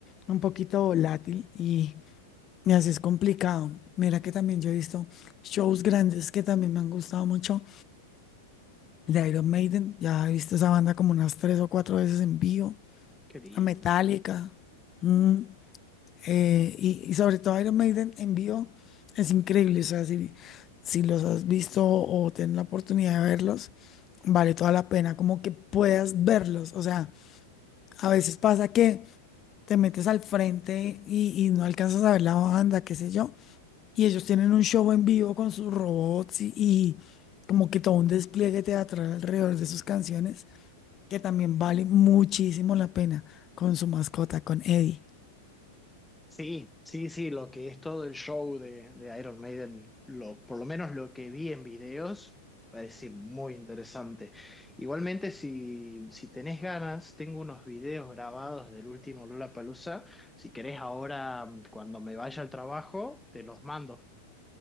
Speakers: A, on the left; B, in the centre.
A: un poquito volátil y, y así es complicado. Mira que también yo he visto shows grandes que también me han gustado mucho, de Iron Maiden, ya he visto esa banda como unas tres o cuatro veces en vivo,
B: Qué lindo.
A: a Metallica. mm, Eh, y, y sobre todo Iron Maiden en vivo es increíble. O sea, si, si los has visto o tienes la oportunidad de verlos, vale toda la pena como que puedas verlos. O sea, a veces pasa que te metes al frente y, y no alcanzas a ver la banda, qué sé yo. Y ellos tienen un show en vivo con sus robots y, y como que todo un despliegue teatral alrededor de sus canciones, que también vale muchísimo la pena con su mascota, con Eddie.
B: Sí, sí, sí, lo que es todo el show de, de Iron Maiden, lo, por lo menos lo que vi en videos, parece muy interesante. Igualmente, si, si tenés ganas, tengo unos videos grabados del último Lollapalooza. Si querés ahora, mm, cuando me vaya al trabajo, te los mando.